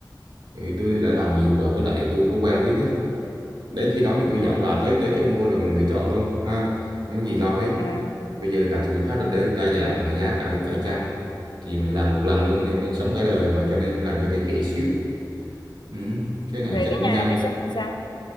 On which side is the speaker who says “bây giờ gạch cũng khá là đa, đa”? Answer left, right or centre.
Right